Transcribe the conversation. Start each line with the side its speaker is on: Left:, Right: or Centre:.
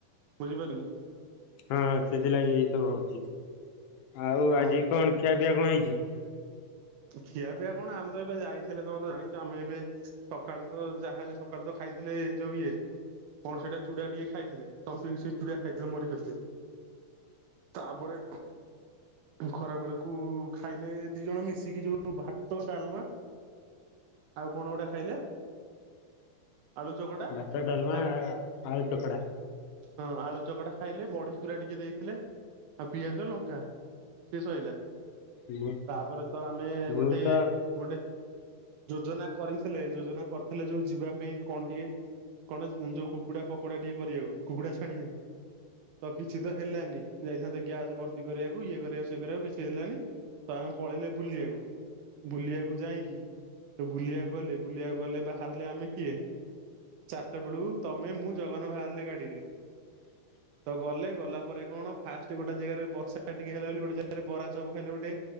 Right: ବୁଝିପାରିଲେ?
Left: ହଁ ସେଥିଲାଗି ହେଇଥିବ ଭାବୁଚି। ଆଉ
Right: ହଁ
Left: ଆଜି କଣ ଖିଆ ପିଆ କଣ ହେଇଛି?
Right: ଖିଆ ପିଆ କଣ ଆମେ ତ ଏବେ ଯାଇଥିଲେ ତମେ ତ ଜାଣିଚ ଆମେ ଏବେ ସକାଳୁ ତ ଯାହା ହେଲେ ସକାଳୁ ତ ଖାଇଥିଲେ ଯୋଉ ଇଏ କଣ ସେଟା ଚୁଡ଼ା ଟିକେ ଖାଇଥିଲେ ତମେ ବି ସେଇ ଚୁଡ଼ା ଖାଇଥିଲ ମୋରି କତିରେ। ତାପରେ ଖରା ବେଳକୁ ଖାଇଲେ ଦି ଜଣ ମିଶ ଯୋଉ ଭାତ ଡାଲମା। ଆଉ କଣ ଗୋଟେ ଖାଇଲେ?
Left: <inaudible>
Right: ଆଳୁ ଚକଟା
Left: ଭାତ ଡାଲମା
Right: ଆଳୁ
Left: ଆଳୁ ଚକଡା
Right: ହଁ ଆଳୁ ଚକଟା ଖାଇଲେ ବଡି ଚୁରା ଟିକେ ଦେଇଥିଲେ ଆଉ ପିଆଜ ଲଙ୍କା ସିଏ ସଇଲା।
Left: ମୁଁ
Right: ତାପରେ ତ ଆମେ
Left: ମୁଁ
Right: ଗୋଟେ
Left: ତ
Right: ଗୋଟେ ଯୋଜନା କରିଥିଲେ ଯୋଜନା କରିଥିଲେ ଯୋଉ ଯିବା ପାଇଁ କଣ ଟିକେ କଣ ଯୋଉ କୁକୁଡ଼ା ପକୋଡ଼ା ଟିକେ କରିବାକୁ କୁକୁଡ଼ା ଛାଣିବାକୁ। ତ କିଛି ତ ହେଲାନି। ଯାଇଥାନ୍ତେ ଗ୍ୟାସ ଭର୍ତ୍ତି କରିବାକୁ ଇଏ କରିବାକୁ ସିଏ କରିବାକୁ କିଛି ହେଲାନି। ତ ଆମେ ପଳେଇଲେ ବୁଲିବାକୁ। ବୁଲିବାକୁ ଯାଇକି ତ ବୁଲିବାକୁ ଗଲେ ବୁଲିବାକୁ ଗଲେ ବାହାରିଲେ ଆମେ କିଏ? ଚାରିଟା ବେଳକୁ ତମେ, ମୁଁ, ଜଗନ ବାହାରିଲେ ଗାଡ଼ିରେ।
Left: <inaudible>
Right: ତ ଗଲେ ଗଲା ପରେ କଣ ଫାଷ୍ଟ ଗୋଟେ ଜାଗାରେ ବର୍ଷା ଟିକେ ହେଲା ବୋଲି ଗୋଟେ ଜାଗାରେ ବରା ଚପ ଖାଇଲେ ଗୋଟେ।